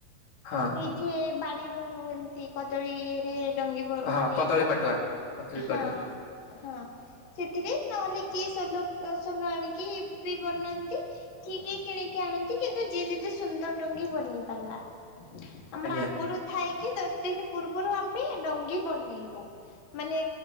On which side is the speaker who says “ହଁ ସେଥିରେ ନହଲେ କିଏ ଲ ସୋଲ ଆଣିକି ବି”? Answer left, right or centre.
Left